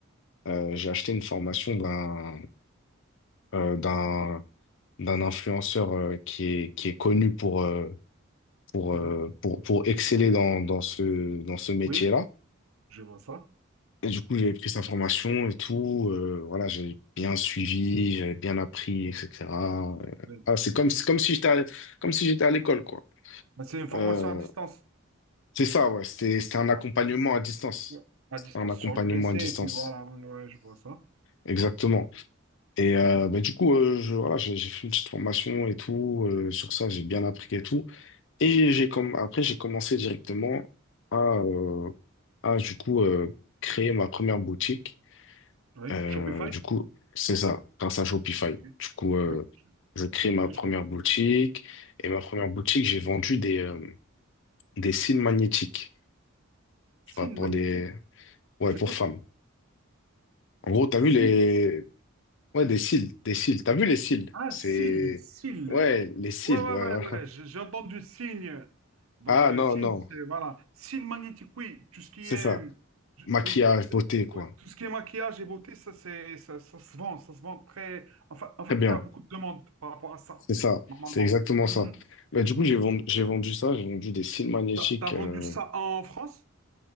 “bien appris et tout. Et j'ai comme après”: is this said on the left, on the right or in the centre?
Left